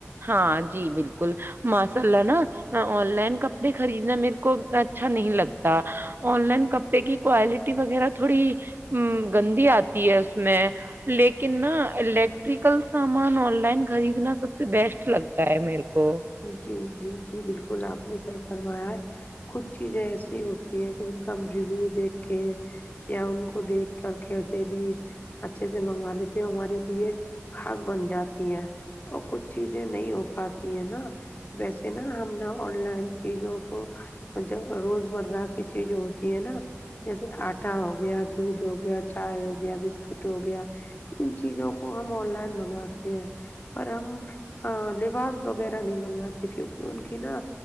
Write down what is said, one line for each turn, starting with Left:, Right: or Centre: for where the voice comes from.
Right: ہاں جی بالکل ماشاء اللہ نا آن لائن کپڑے خریدنا میرے کو اچھا نہیں لگتا آن لائن کپ ڈے کوالٹی وغیرہ تھوڑی گندی آتی ہے اس میں لیکن نا الیکٹریکل سامان آن لائن خریدنا سب سے بیسٹ لگتا ہے میرے کو
Left: جی جی جی بالکل آپ نے صحیح فرمایا ہے کچھ چیزیں ایسی ہوتی ہیں کہ جن کا ہم ریویو دیکھ کے یا ان کو دیکھ کر کیسے بھی اچھے سے منگا لیتے ہے وہ ہمارے لیے خاص بن جاتی ہے اور کچھ چیزیں نہیں ہو پاتی ہے نا ویسے نا ہم نے آن لائن چیزوں کو جب روزمرہ کی چیز ہوتی ہے نا جیسے آٹا ہو گیا دودھ ہو گیا چائے ہو گیا بسکٹ ہو گیا ان چیزوں کو ہم آن لائن منگاتے ہیں پر ہم لباس وغیرہ نیں منگاتے کیونکہ ان کی نا